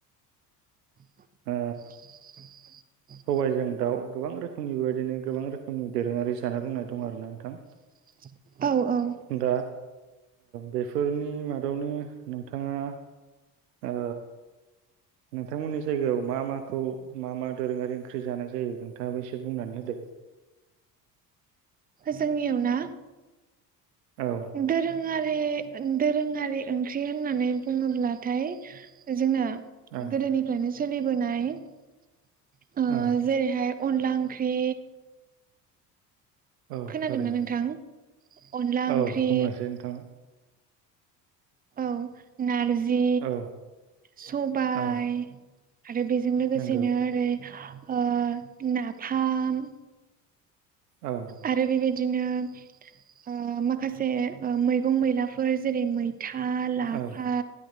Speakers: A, on the right (about 20°); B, on the right (about 70°).
A: <unintelligible>
B: ओ सबायजों दाउ गोबां रोखोमनि बेबायदिनो गोबां रोखोमनि दोरोङारि जानाय लोंनाय दं आरो ना नोंथां
A: <unintelligible> औ
B: दा बेफोरनि औ मा दावनो नोंथाङा ओ नोंथांमोननि जायगायाव मा माखौ मा मा दोरोङारि ओंख्रि जानाय जायो नोंथां आबो एसे बुंनानै होदो।
A: जोंनियाव ना?
B: औ
A: दोरोङारि बे दोरोङारि ओंख्रि होननानै बुङोब्लाथाय जोंना
B: औ
A: गोदोनिफ्रायनो सोलिबोनाय ओ
B: औ
A: जेरैहाय अनला ओंख्रि,
B: औ
A: खोनादोंना
B: थारैनो
A: नोंथां? अनला ओंख्रि
B: औ बुंलायसै नोंथाङा
A: औ नारजि,
B: औ
A: सबाय,
B: औ
A: आरो बेजों लोगोसेनो
B: नंगौ
A: ओरै ओ नाफाम,
B: औ
A: आरो बेबाय दिनो ओ माखासे ओ मैगं मैलाफोर जेरै मै था लाफा
B: औ